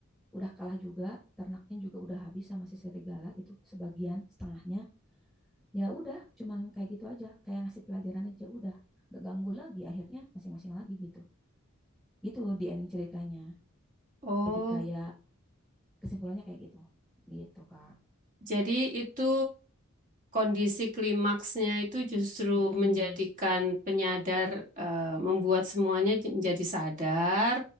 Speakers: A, in the centre; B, on the right.
A: udah kalah juga, ternaknya juga udah habis sama si serigala gitu, sebagian setengahnya. Ya udah, cuman kayak gitu aja, kayak ngasih pelajaran aja udah. Gak ganggu lagi akhirnya masing-masing lagi gitu. Gitu di ending ceritanya.
B: Oh,
A: Jadi kayak kesimpulannya kayak gitu. Gitu, Kak.
B: jadi itu kondisi klimaksnya itu justru
A: Mm-mm.
B: menjadikan penyadar eh, membuat semuanya j- menjadi sadar,